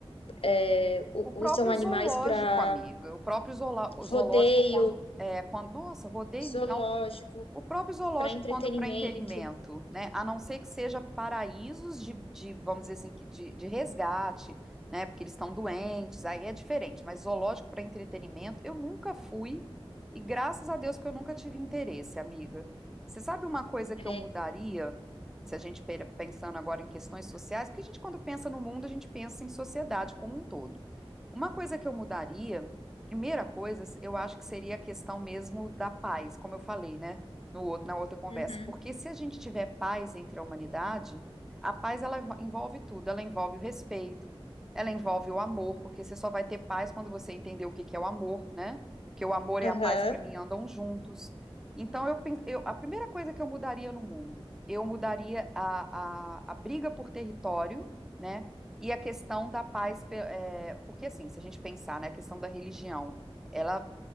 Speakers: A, on the left; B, in the centre.
A: é, u-
B: O próprio
A: usam animais
B: zoológico,
A: para
B: amiga, o próprio zoola- zoológico,
A: rodeio
B: quando, é, quando, nossa, rodei
A: zoológico
B: então O próprio zoológico,
A: para entretenimento.
B: quando para inteirimento, né? A não ser que seja paraísos de, de, vamos dizer assim, que de, de resgate, né? Porque eles estão doentes, aí é diferente. Mas zoológico para entretenimento, eu nunca fui e graças a Deus que eu nunca tive interesse, amiga. Você sabe uma coisa que
A: É,
B: eu mudaria, se a gente pera- pensando agora em questões sociais, porque a gente quando pensa no mundo, a gente pensa em sociedade como um todo. Uma coisa que eu mudaria, primeira coisa, eu acho que seria a questão mesmo da paz, como eu falei, né? no outro, na outra conversa,
A: uhum,
B: porque se a gente tiver paz entre a humanidade, a paz ela envo- envolve tudo, ela envolve o respeito, ela envolve o amor, porque você só vai ter paz quando você entender o que que é o amor, né? Porque o amor e
A: aham,
B: a paz para mim andam juntos. Então eu, pen- eu a primeira coisa que eu mudaria no mundo, eu mudaria a, a, a briga por território, né? E a questão da paz,
A: aham.
B: pe- é, porque assim, se a gente pensar, né, a questão da religião, ela,